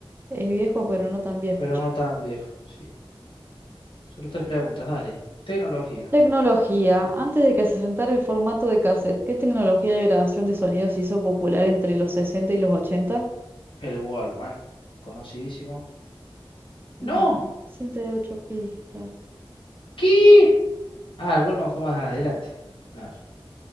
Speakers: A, on the right; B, on the left.
A: Es viejo, pero no tan viejo,
B: pero
A: che.
B: no tan viejo. Sí. Solo tres preguntas, dale. Tecnología.
A: Tecnología. Antes de que se asentara el formato de cassette, ¿qué tecnología de grabación de sonidos se hizo popular entre los 60 y los 80?
B: El Walkman. Conocidísimo. ¡No!
A: No, cinta de 8 pistas.
B: ¿Qué? Ah, el Walkman fue más adelante. Claro.